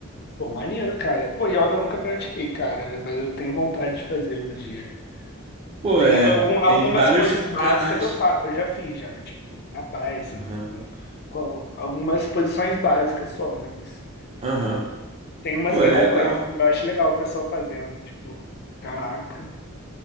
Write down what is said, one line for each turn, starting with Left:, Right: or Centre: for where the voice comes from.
Left: pô, maneiro, cara. Pô, yoga eu nunca pratiquei, cara, mas eu tenho vontade de fazer algum dia.
Right: Pô,
Left: Tem
Right: é,
Left: algum- algumas
Right: tem vários
Left: poses básicas
Right: canais.
Left: eu, fa eu já fiz já, tipo, na praia, assim,
Right: Aham,
Left: com, com algumas posições básicas só, mas
Right: aham.
Left: tem umas
Right: Pô,
Left: bem
Right: é legal.
Left: complexas. que Eu acho legal o pessoal fazendo, tipo, caraca,